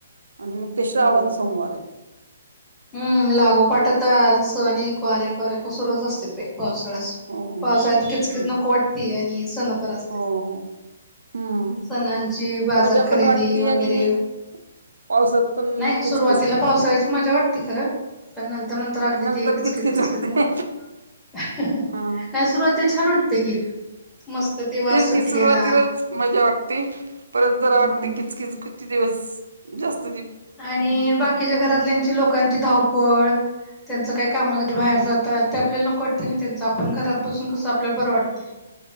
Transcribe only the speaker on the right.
आणि मग ते श्रावण
सोमवार एत
हो हो
हं.
हो हम्म
मजा
पण वाटते
आणि पावसात पण
किचकीच वाटते
आणि नंतर
वाटते
हा
तेच
की सुरुवातीलाच मजा वाट ती परत जरा
वाटते किचकीच किती दिवस जास